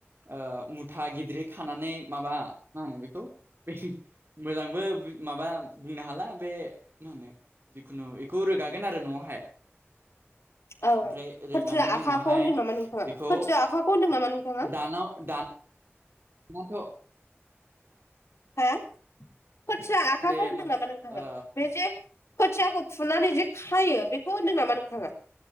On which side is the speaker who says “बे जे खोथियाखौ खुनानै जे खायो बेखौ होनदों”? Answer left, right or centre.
Left